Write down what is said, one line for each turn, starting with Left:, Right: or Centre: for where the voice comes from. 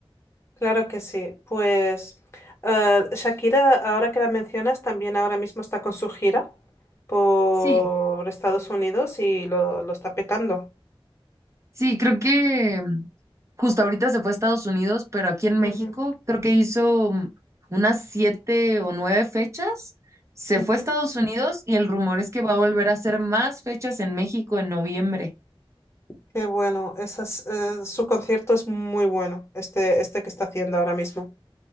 Left: claro que sí. Pues eh, Shakira, ahora que la mencionas, también ahora mismo está con su gira por
Right: Sí,
Left: Estados Unidos y lo, lo está petando.
Right: sí, creo que mm, justo ahorita se fue a Estados Unidos, pero aquí en México
Left: Ujú,
Right: creo que hizo mm, unas siete o nueve fechas. Se
Left: ujú.
Right: fue a Estados Unidos y el rumor es que va a volver a hacer más fechas en México en noviembre.
Left: Qué bueno, esas, eh, su concierto es muy bueno, este, este que está haciendo ahora mismo.